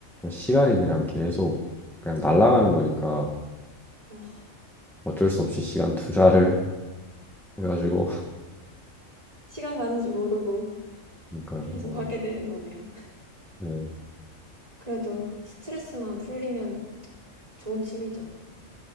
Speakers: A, in the centre; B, on the right.
A: 시간이 그냥 계속 그냥 날아가는 거니까
B: 어,
A: 어쩔 수 없이 시간 투자를 해가지고 <laughs>
B: 시간 가는 줄 모르고
A: 그러니까
B: 계속
A: 어,
B: 하게 되는 거네요.
A: 네.
B: 그래도 스트레스만 풀리면 좋은 취미죠.